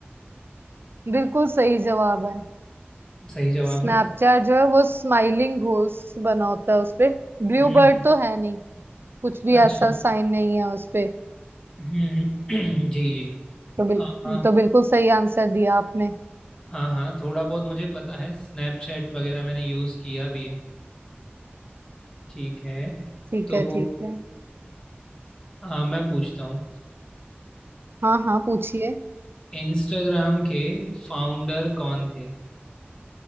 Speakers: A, on the right; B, on the left.
A: बिल्कुल सही जवाब है
B: सही जवाब
A: स्नैपचैट
B: है
A: जो है वो स्माइलिंग घोस्ट बना होता है उसपे ब्लू
B: हम्म
A: बर्ड
B: हम्म।
A: तो है नहीं कुछ भी
B: अच्छा
A: ऐसा साइन नहीं है उसपे
B: हम्म <clears throat> जी जी
A: तो बिल,
B: हाँ हाँ
A: तो बिल्कुल सही आंसर दिया आपने
B: हाँ हाँ, थोड़ा बहुत मुझे पता है स्नैपचैट वगैरह मैंने यूज़ किया भी है ठीक है
A: ठीक
B: तो
A: है ठीक है
B: हाँ मैं पूछता हूँ
A: हाँ हाँ पूछिए
B: इंस्टाग्राम के फाउंडर कौन थे